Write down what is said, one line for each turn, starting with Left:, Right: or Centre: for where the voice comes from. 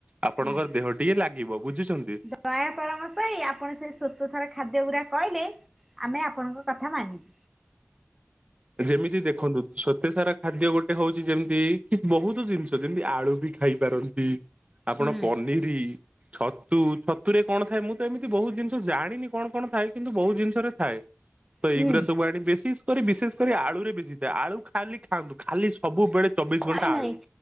Right: ଆପଣଙ୍କର
Centre: ହୁଁ।
Right: ଦେହ ଟିକେ ଲାଗିବ। ବୁଝୁଛନ୍ତି!
Centre: ଦୟା ପରାମର୍ଶ ହୋଇ ଆପଣ ସେ ଶ୍ୱେତସାର ଖାଦ୍ୟ ଗୁରା କହିଲେ, ଆମେ ଆପଣଙ୍କ କଥା ମାନିବି।
Right: ଯେମିତି ଦେଖନ୍ତୁ, ଶ୍ୱେତସାର ଖାଦ୍ୟ ଗୋଟେ ହଉଛି, ଯେମିତି କି ବହୁତ ଜିନିଷ ଯେମିତି ଆଳୁ ବି ଖାଇପାରନ୍ତି। ଆପଣ
Centre: ହୁଁ
Right: ପନିରୀ ଛତୁ, ଛତୁରେ କଣ ଥାଏ? ମୁଁ ତ ଏମିତି ବହୁତ ଜିନିଷ ଜାଣିନି କଣ କଣ ଥାଏ? କିନ୍ତୁ ବହୁତ ଜିନିଷରେ ଥାଏ। ତ
Centre: ହୁଁ
Right: ଏଇଗୁରା ସବୁ ଆଣି ବେଶିଷ୍ କରି ବିଶେଷ କରି ଆଳୁରେ ବେଶୀ ଥାଏ। ଆଳୁ ଖାଲି ଖାଆନ୍ତୁ। ଖାଲି ସବୁବେଳେ ଚବିଶ ଘଣ୍ଟା
Centre: ନାଇଁ ନାଇଁ
Right: ଆଳୁ!